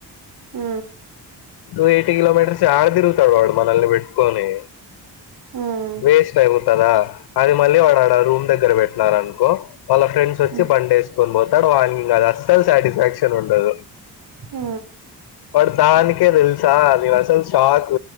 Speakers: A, on the right; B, on the left.
A: ఉ
B: టు ఎయిటీ కిలోమీటర్స్ ఆడ దిరుగుతాడు వాడు మనల్ని పెట్కొని
A: మ్మ్.
B: వేస్ట్ అయిపోతదా అది మళ్ళీ వాడు ఆడ రూమ్ దగ్గర పెట్టినారనుకో వాళ్ళ ఫ్రెండ్స్ వచ్చి
A: మ్మ్.
B: బండి వేసుకొని పోతాడు వాన్నీ అది అస్సలు సాటిస్ఫాక్షన్ ఉండదు
A: హు
B: పడు దానికే తెలుసా అది అసలు షాక్